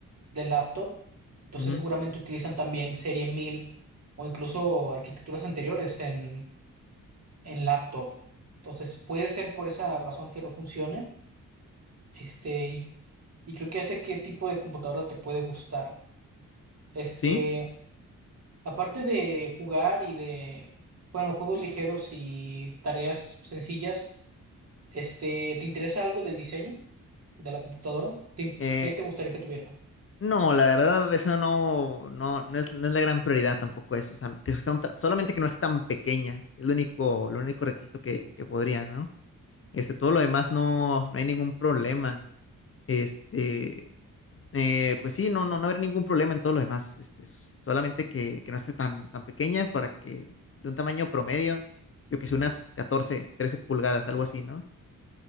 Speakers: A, on the right; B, on the left.
A: de laptop, entonces
B: Ujú.
A: seguramente utilizan también serie 1000 o incluso arquitecturas anteriores en, en laptop. Entonces puede ser por esa razón que no funcione. Este, y, y creo que hace qué tipo de computadora te puede gustar. Este,
B: ¿Sí?
A: aparte de jugar y de, bueno, juegos ligeros y tareas sencillas. Este, ¿te interesa algo del diseño de la computadora? ¿Te-
B: Eh,
A: ¿Qué te gustaría que tuviera?
B: no, la verdad, eso no, no, no es, no es la gran prioridad tampoco eso. O sea, que sea un ta- solamente que no esté tan pequeña. Es lo único, lo único requisito que, que podría, ¿no? Este, todo lo demás no, no hay ningún problema. Este, eh, pues sí, no, no, no habrá ningún problema en todo lo demás. Este, s- solamente que, que no esté tan, tan pequeña para que de un tamaño promedio, yo que sé, unas 14 13 pulgadas, algo así, ¿no?